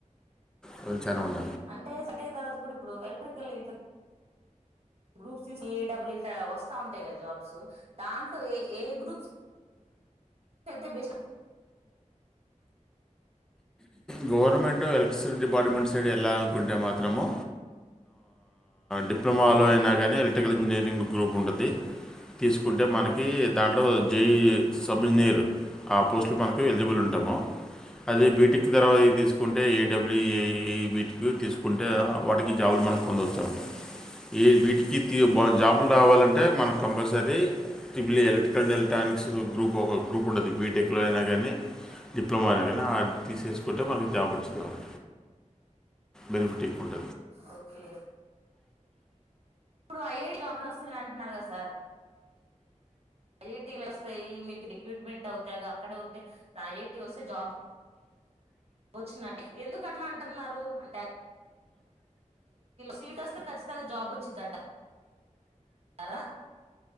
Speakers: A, in the centre; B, on the right (about 50°).
A: కొ చాలా ఉంటంది
B: అంటే సిట్టకి తర్వాత కూడా ఇప్పుడు ఎలక్ట్రికల్ ఇట్ గ్రూప్స్డబ్ల్యూ వస్తా ఉంటాయి కదా జాబ్స్ దాంట్లో ఏ ఏ గ్రుప్ చెతే బెసి
A: గవర్నమెంంటట్ ఎలక్ట్రిసిటీ డిపార్ట్మెంట్ సైడ్ వెళ్ళాలనుకుంటే మాత్రము డిప్లొమాలో అయినా కానీ ఎలక్ట్రికల్ ఇంజనీరింగ్ గ్రూప్ ఉంటుంది తీసుకుంటే మనకి దాంట్లో జే సబ్ ఇంజనీర్ ఆ పోస్ట్లు మనకు ఎలిజిబుల్ ఉంటాము అదే బీటెక్ తర్వాత తీసుకుంటే ఏడబ్ల్యూఏ బీటెక్ తీసుకుంటే వాటికి జాబలు మనకు పొందవచ్చామంటం ఈ వీటికి తీ జాబులు రావాలంటే మనకు కంపల్సరీ టిబ్లీ ఎలక్ట్రికల్ండ్ ఎలక్ట్రానిక్స్ గ్రూప్ ఒక రూపు ఉంటుంది బీటెక్లో అయినా కానీ డిప్లొమా అయినా కానీ తీసుకుంటే మన జాబ్ వచ్చిందిట బెనిఫిట్ ఎక్కువంట
B: ఓకే ఇప్పుడు ఐఏ జాబులు వస్తన్నాయి అంటున్నారు కదా సార్ ఐఐటీలు వస్తాయి మీకు రిక్రూట్మెంట్ అవుతాగా అక్కడ ఉంటే ఐటీ వస్తే జాబ్ వచ్చినట్టు ఎందుకు అట్లా అంటున్నారు అంటే సట్ వస్తే చ్చితంగా జాబ్ వచ్చింటారా